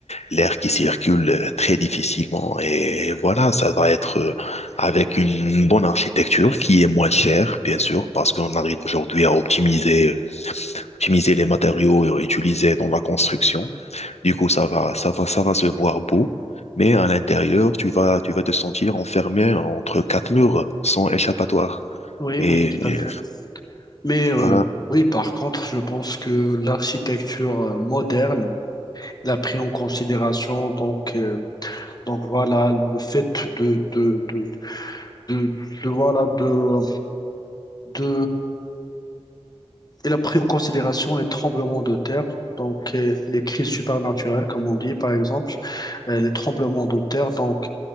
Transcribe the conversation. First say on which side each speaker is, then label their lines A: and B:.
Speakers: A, on the left (about 85°); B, on the left (about 40°).
A: l'air qui circule euh, très difficilement. Et voilà, ça va être euh, avec une bonne architecture qui est moins chère, bien sûr, parce qu'on arrive aujourd'hui à optimiser, optimiser les matériaux euh, utilisés dans la construction. Du coup, ça va, ça va, ça va se voir beau. Mais à l'intérieur, tu vas, tu vas te sentir enfermé entre quatre murs sans échappatoire.
B: Oui,
A: Et,
B: oui, tout à
A: et
B: fait. Mais euh,
A: voilà.
B: oui, par contre, je pense que l'architecture euh, moderne l'a pris en considération donc euh, donc voilà le fait de de de, de- de, voilà de de Il a pris en considération les tremblements de terre, donc euh, les crises supernaturelles, comme on dit par exemple, euh, les tremblements de terre. Donc